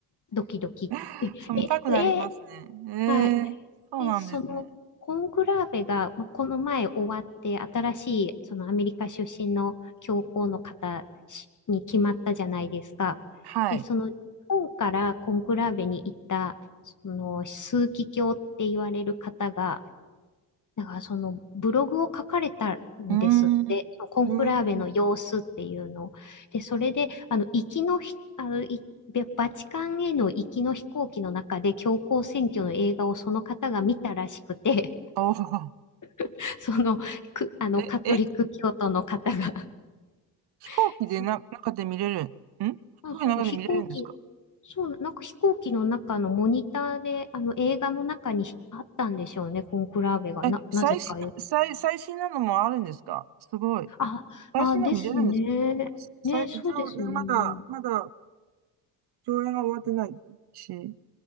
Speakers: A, on the left; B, on the right.
A: ドキドキって、
B: <laughs> そう、
A: え、
B: 見たくなりますね。
A: え、え、
B: ええそうなんですね。
A: はい。で、そのコンクラーベが、まあ、この前終わって、新しいそのアメリカ出身の教皇の方しに決まったじゃないですか。
B: はい。
A: で、その日本からコンクラーベに行った、その枢機卿って言われる方が、だからそのブログを書かれたんですって、
B: うーん。うーん。
A: そのコンクラーベの様子っていうのを。で、それで、あの、行きのひ、あの、いバチカンへの行きの飛行機の中で教皇選挙の映画をその方が見たらしくて、
B: おお。
A: <laughs> その、く、あの、
B: え、
A: カトリック教徒の方が。
B: え、飛行機でな、
A: <laughs> そう、
B: 中で見れる。ん飛行機の中で見れるんですか
A: あ、そうそう、飛行機、そう、なんか飛行機の中のモニターで、あの、映画の中にあったんでしょうね、コンクラーベが。
B: え、
A: な、
B: 最新、
A: なぜかよ
B: 最、最新なのもあるんですかすごい。
A: あ、
B: 最新の見れるんですか
A: あ、ですね。
B: 最、
A: ね、
B: 最一応ね、
A: そうですね。
B: まだ、まだ、上映が終わってないし。